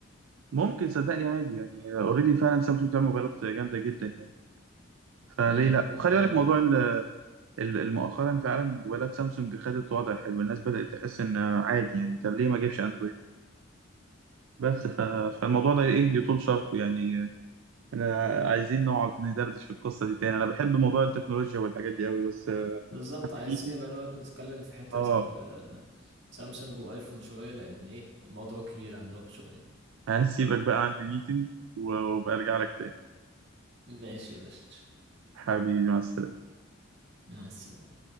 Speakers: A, on the right; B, on the right.
A: ممكن صدقني عادي يعني اوريدي فعلا سامسونج بتعمل موبايلات جامده جدا يعني فليه
B: امم
A: لا وخلي
B: يعني
A: بالك موضوع ال- ال- مؤخرا فعلا موبايلات سامسونج خدت وضع حلو الناس بدأت تحس ان عادي يعني طب ليه ما اجيبش اندرويد بس ف... فالموضوع ده ايه يطول شرحه يعني انا عايزين نقعد ندردش في القصة دي تاني انا بحب موضوع التكنولوجيا والحاجات دي قوي بس آه،
B: بالظبط عايزين
A: ميتنج
B: نبقى نقعد نتكلم في حته
A: اه
B: ال- آه، سامسونج وايفون شويه لان ايه الموضوع كبير عندهم شويه
A: هسيبك بقى عندي ميتنج وبرجع لك تاني
B: ماشي يا باشا
A: حبيبي مع السلامة
B: مع السلامه